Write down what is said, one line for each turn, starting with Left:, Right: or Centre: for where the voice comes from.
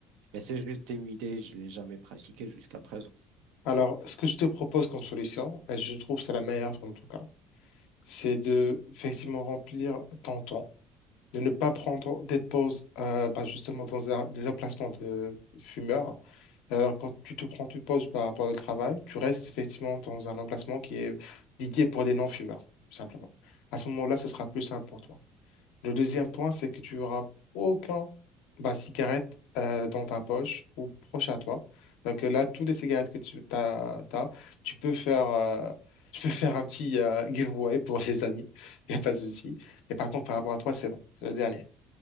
Right: mais c'est juste une idée, je ne l'ai jamais pratiqué jusqu'à présent.
Left: Alors, ce que je te propose comme solution, et je trouve que c'est la meilleure en tout cas, c'est de effectivement remplir ton temps de ne pas prendre des pauses euh, bah, justement dans un- des emplacements de fumeurs. Alors, quand tu te prends une pause par rapport au travail, tu restes effectivement dans un emplacement qui est dédié pour des non-fumeurs, tout simplement. À ce moment-là, ce sera plus simple pour toi. Le deuxième point, c'est que tu auras aucun bah, cigarette euh, dans ta poche ou proche à toi. Donc euh, là, toutes les cigarettes que tu t'as, t'as, tu peux faire, euh, tu peux faire un petit euh, giveaway pour les amis. <laughs> Il n'y a pas de souci. Et par contre, par rapport à toi, c'est bon. C'est le dernier.